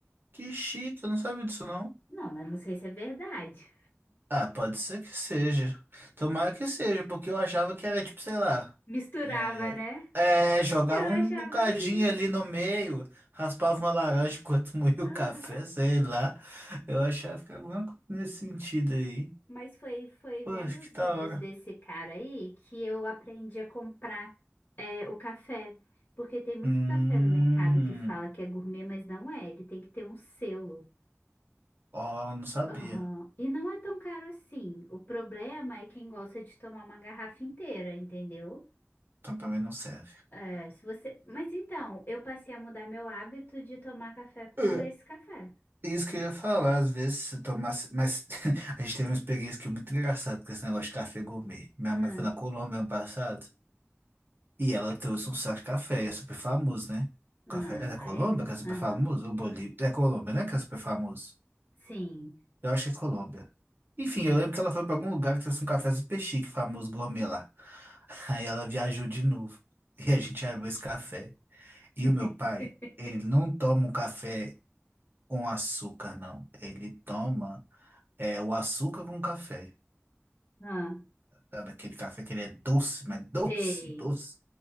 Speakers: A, on the right; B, on the left.
A: Que chique, eu não sabia disso, não.
B: Não, mas não sei se é verdade.
A: Ah, pode ser que seja. Tomara que seja, porque eu achava que era tipo, sei lá.
B: Misturava,
A: É,
B: né?
A: é, jogava
B: Eu achava
A: um bocadinho
B: isso.
A: ali no meio, raspava uma laranja enquanto <laughs> moía
B: Aham.
A: o café, sei lá. Eu achava que era alguma coisa nesse sentido aí.
B: Mas foi, foi vendo
A: Poxa, que
B: os
A: da
B: vídeos
A: hora.
B: desse cara aí que eu aprendi a comprar é, o café. Porque tem muito
A: Hum.
B: café no mercado que fala que é gourmet, mas não é. Ele tem que ter um selo.
A: Ó, não sabia.
B: Aham. E não é tão caro assim. O problema é quem gosta de tomar uma garrafa inteira, entendeu?
A: Então pra mim não serve.
B: É, se você... Mas então, eu passei a mudar meu hábito de tomar café com
A: É,
B: esse café.
A: Isso que eu ia falar, às vezes se tomasse. Mas <laughs> a gente teve uma experiência que é muito engraçada com esse negócio de café gourmet. Minha
B: Ah,
A: mãe foi na Colômbia ano passado. E ela trouxe um saco de café, é super famoso, né? O
B: ah,
A: café é da
B: lá
A: Colômbia
B: é?
A: que é super
B: Aham.
A: famoso? Ou Bolívia? É Colômbia, né? Que é super famoso.
B: Sim.
A: Eu acho que é Colômbia. Enfim, eu lembro que ela foi pra algum lugar que trouxe um café super chique, famoso gourmet lá. <laughs> Aí ela viajou de novo. E a gente abriu esse café. E
B: <laughs>
A: o meu pai, ele não toma um café com açúcar, não. Ele toma é, o açúcar com café.
B: Ah,
A: Sabe aquele café que ele é doce, mas doce,
B: sei.
A: doce.